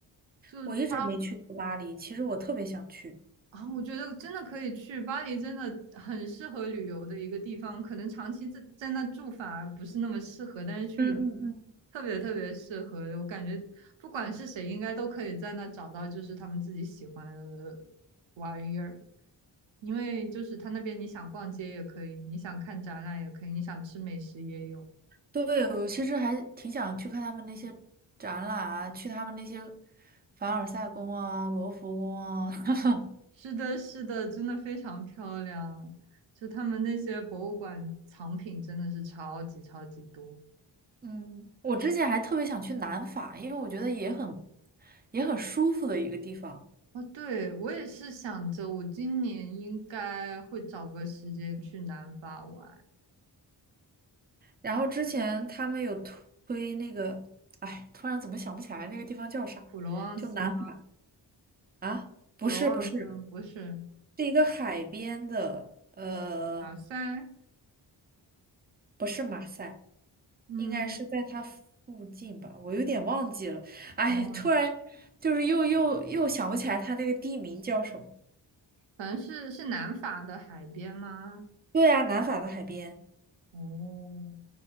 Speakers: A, on the right; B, on the right.
A: 就它
B: 我一直没去过巴黎，其实我特别想去。
A: 啊，我觉得真的可以去巴黎，真的很适合旅游的一个地方。可能长期在在那住反而不是那么适合，但是去旅游
B: 嗯嗯嗯，
A: 特别特别适合。我感觉不管是谁，应该都可以在那找到就是他们自己喜欢的玩意儿。因为就是他那边，你想逛街也可以，你想看展览也可以，你想吃美食也有。
B: 对，我其实还挺想去看他们那些展览啊，去他们那些凡尔赛宫啊、罗浮宫啊。<laughs>
A: 是的，是的，真的非常漂亮。就他们那些博物馆藏品真的是超级超级多。
B: 嗯，我之前还特别想去南法，因为我觉得也很也很舒服的一个地方。
A: 哦，对，我也是想着，我今年应该会找个时间去南法玩。
B: 然后之前他们有推推那个，哎，突然怎么想不起来那个地方叫啥？
A: 普罗旺斯吗？
B: 就南法啊？
A: 普罗旺斯不是
B: 不是不是，是一个海边的，呃。
A: 马赛，
B: 不是马赛，
A: 嗯，
B: 应该是在它附近吧，我有点忘记了。哎，
A: 哦，
B: 突然就是又又又想不起来它那个地名叫什么。
A: 反正是是南法的海边吗？
B: 对啊，南法的海边
A: 哦，